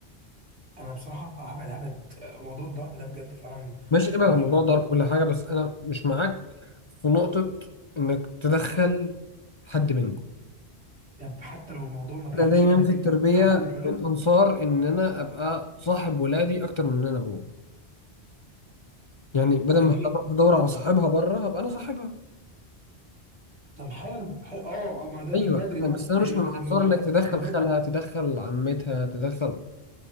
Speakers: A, on the right; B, on the left.
A: انا بصراحه هبعد هبعد آه، موضوع الضرب ده بجد فعلا
B: ماشي ابعد
A: بيجيب
B: عن موضوع
A: نتيجه
B: الضرب كل حاجة بس أنا مش معاك في نقطة إنك تدخل حد منكم
A: طب حتى لو الموضوع ما بيجيبش
B: أنا دايما
A: اي نتيجه
B: في التربية
A: مع كل الحلول
B: من أنصار إن أنا أبقى صاحب ولادي أكتر من إن أنا أبوه يعني بدل
A: جميل
B: ما هي تروح تدور على صاحبها بره هبقى أنا صاحبها
A: طب حلو حلو اه آه، ما ده
B: أيوه
A: من بدري
B: أنا
A: بقى
B: بس أنا
A: زي
B: مش من
A: ما
B: أنصار
A: زي ما قلت
B: إنك
A: لك
B: تدخل
A: من بدري
B: خالها تدخل عمتها تدخل